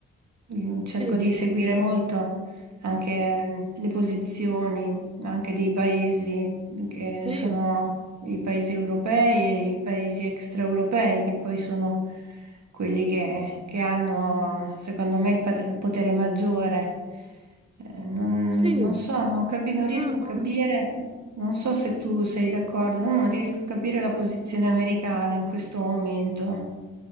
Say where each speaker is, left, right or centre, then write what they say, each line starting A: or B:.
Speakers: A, on the right; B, on the right.
A: Io cerco
B: Sì,
A: di seguire molto anche mm, le posizioni anche dei paesi che
B: sì,
A: sono i paesi europei e i paesi extraeuropei, che poi sono quelli che, che hanno, secondo me, il pat- il potere maggiore. Eh, non,
B: sì.
A: non so, non capi- non riesco
B: mm,
A: a
B: mm.
A: capire, non so se tu sei d'accordo, ma non riesco a capire la posizione americana in questo momento.